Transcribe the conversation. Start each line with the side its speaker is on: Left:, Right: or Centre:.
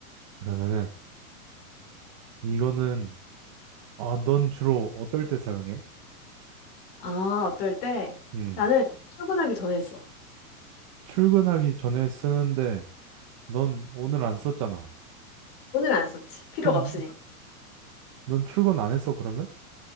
Right: 그러면은 이거는 아, 넌 주로 어떨 때 사용해?
Left: 아, 어떨 때
Right: 음.
Left: 나는 출근하기 전에 써.
Right: 출근하기 전에 쓰는데 넌 오늘 안 썼잖아.
Left: 오늘 안 썼지. 필요가
Right: 그럼
Left: 없으니까.
Right: 넌 출근 안 했어 그러면?